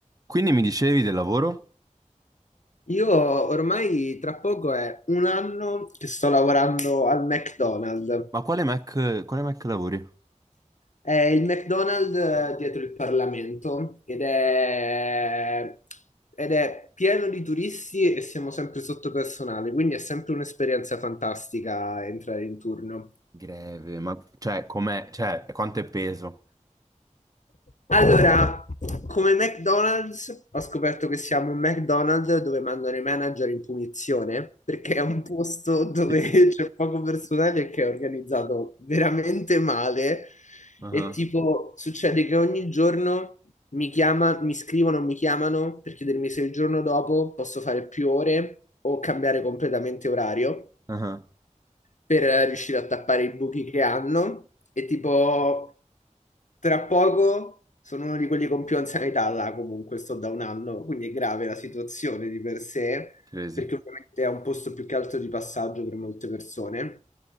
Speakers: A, on the right; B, on the left.
A: Quindi mi dicevi del lavoro?
B: Io ormai tra poco è un anno che sto lavorando al McDonald's.
A: Ma quale Mac, quale Mac lavori?
B: È il McDonald's eh, dietro il Parlamento ed è, ed è pieno di turisti e siamo sempre sotto personale, quindi è sempre un'esperienza fantastica entrare in turno.
A: Greve, ma cioè, com'è? Cioè, quanto è peso?
B: Allora, come McDonald's, ho scoperto che siamo un McDonald's dove mandano i manager in punizione perché è un posto dove
A: <laughs>
B: <laughs> c'è poco personale e che è organizzato veramente male.
A: Ah,
B: E tipo, succede che ogni giorno mi chiama, mi scrivono, mi chiamano per chiedermi se il giorno dopo posso fare più ore o cambiare completamente orario
A: ah,
B: per riuscire a tappare i buchi che hanno e tipo tra poco sono uno di quelli con più anzianità là comunque sto da un anno, quindi è grave la situazione di per sé
A: Crazy.
B: perché ovviamente è un posto più che altro di passaggio per molte persone.